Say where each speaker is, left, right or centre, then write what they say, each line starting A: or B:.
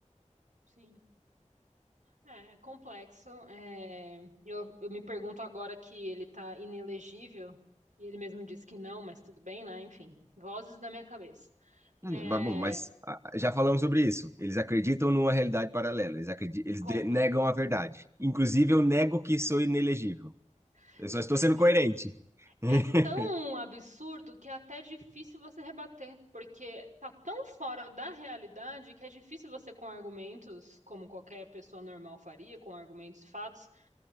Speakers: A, on the right (about 80°); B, on the right (about 20°).
A: Sim. É, é complexo. É, eu, eu me pergunto agora que ele tá inelegível, e ele mesmo disse que não, mas tudo bem, né? Enfim, vozes da minha cabeça.
B: Hum,
A: É,
B: Mas, bom, mas ah, já falamos sobre isso. Eles acreditam numa realidade paralela. Eles acredi- eles
A: com-
B: de- negam a verdade. Inclusive, eu nego que sou inelegível.
A: <laughs>
B: Eu só estou sendo coerente. <laughs>
A: é tão absurdo que é até difícil você rebater, porque tá tão fora da realidade que é difícil você, com argumentos, como qualquer pessoa normal faria, com argumentos e fatos,